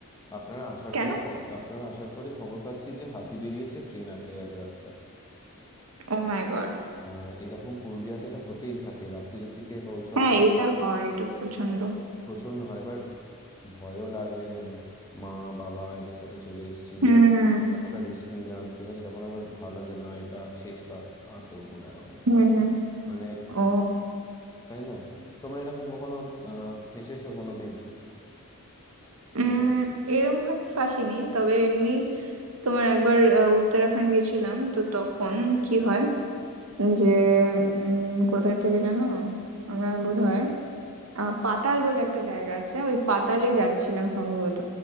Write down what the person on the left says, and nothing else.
আপনারা আসার
পরে খব- আপনারা আসার পরে খবর পাচ্ছি যে হাতি বেরিয়েছে ট্রেন আটকে গেছে রাস্তায়
হ্যাঁ এরকম পুরুলিয়াতে এটা হতেই থাকে রাত্রিরের দিকে বা ওইসব
সাইড
প্রচন্ড হয় এবার ভয়ও লাগে মানে মা বাবা এদের সাথে চলে এসেছি
এবার এতটা রিস্ক নিলাম ঠিক আছে তখন আবার ভাবলাম যে না এটা শেষবার আর করবো না এরকম
মানে
তাই না তোমরা এরকম কখনো আহ ফেঁসেছো কোনোদিন কোনো